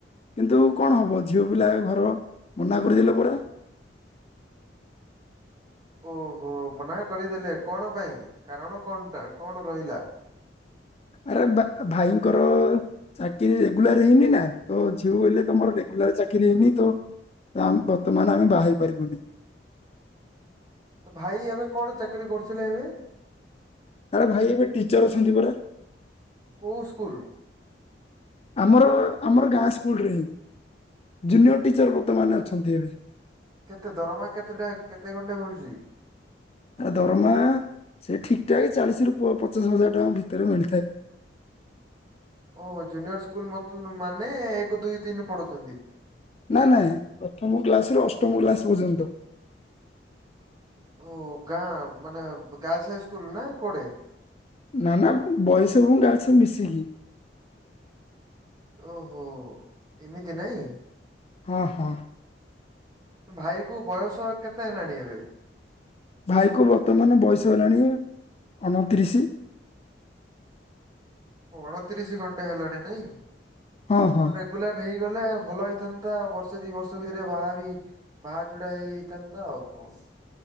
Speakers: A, on the left; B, on the right.
A: କିନ୍ତୁ କଣ ହବ ଝିଅ ପିଲା ଘର ମନା କରିଦେଲେ ପରା।
B: ଓହୋ ମନା କରିଦେଲେ କଣ ପାଇଁ କାରଣ କଣଟା କଣ ରହିଲା?
A: ଆରେ ବା ଭାଇଙ୍କର ଚାକିରି ରେଗୁଲାର ହେଇନି ନା ତ ଝିଅ କହିଲେ ତମର
B: ହୁଁ।
A: ରେ ଗୁଲାର ଚାକିରି ହେଇନି ତ ତ ଆମ୍ ବର୍ତ୍ତମାନ ଆମେ ବାହା ହେଇ ପାରିବୁନି।
B: ତ ଭାଇ ଏବେ କଣ ଚାକିରି କରୁଥୁଲେ ଏବେ?
A: ଆରେ ଭାଇ ଏବେ ଟିଚର୍ ଅଛନ୍ତି ପରା।
B: କୋଉ ସ୍କୁଲ?
A: ଆମର ଆମର ଗାଁ ସ୍କୁଲରେ ହିଁ ଜୁନିୟର ଟିଚର ବର୍ତ୍ତମାନେ ଅଛନ୍ତି ଏବେ।
B: କେତେ ଦରମା କେତେଟା କେତେ ଖଣ୍ଡେ ମିଳୁଚି?
A: ଆ ଦରମା ସେ ଠିକଠାକେ ଚାଳିଶିରୁ ପ ପଚାଶ ହଜାର ଟଙ୍କା ଭିତରେ ମିଳିଥାଏ।
B: ଓ ଜୁନିୟର ସ୍କୁଲ୍ ମତ୍ ମାନେ ଏକ, ଦୁଇ, ତିନି ପଢୁଚନ୍ତି।
A: ନା ନାଇଁ ପ୍ରଥମ କ୍ଲାସରୁ ଅଷ୍ଟମ କ୍ଲାସ ପର୍ଯ୍ୟନ୍ତ।
B: ଓ ଗାଁ ମାନେ ଗାର୍ଲସ୍ ହାଇ ସ୍କୁଲ ନା କୁଆଡେ?
A: ନା ନା ବଏଜ୍ ଏବଂ ଗାଲସ୍ ମିଶିକି।
B: ଓହୋ ଏମିତି ନାଇଁ।
A: ହଁ ହଁ।
B: ଭାଇ କୁ ବୟସ କେତେ ହେଲାଣି ଏବେ।
A: ଭାଇ କ ବର୍ତ୍ତମାନ ବୟସ ହେଲାଣି ଅଣତିରିଶି।
B: ଅଣତିରିଶ ଖଣ୍ଟେ ହେଲାଣି ନାଇଁ,
A: ହଁ ହଁ
B: ଘରେ ଗୁଲାର ହେଇଗଲେ ଭଲ ହେଇଥାନ୍ତା ବର୍ଷେ ଦି ବର୍ଷ ଭିତରେ ବାହା ବି ବାହା ଚୁଡା ହେଇ ହେଇଇଥାନ୍ତା ଆଉ କଣ।